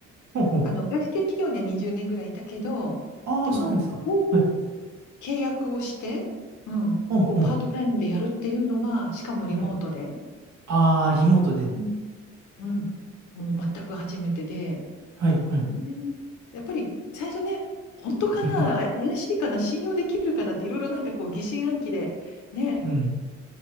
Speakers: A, on the right; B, on the left.
A: ほんほん。
B: あの、外資系企業には20年ぐらいいたけど、
A: ああ、
B: でも、
A: そうなんですか。
B: こういう
A: はい。
B: 契約をして、うん、
A: ほんほん。
B: こうパートタイムでやるっていうのは、しかもリモートで、
A: はい。ああ、リモートで。
B: うん、うんもう全く初めてで、
A: はい、はい。
B: ねやっぱり最初ね、本当かな、
A: <laughs>
B: あ、怪しいかな、信用できるかなって、いろいろなんかこう疑心暗鬼で、ね、
A: うん。